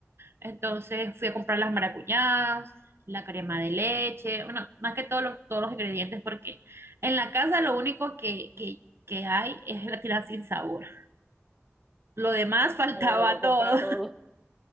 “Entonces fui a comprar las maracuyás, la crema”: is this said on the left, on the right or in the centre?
Right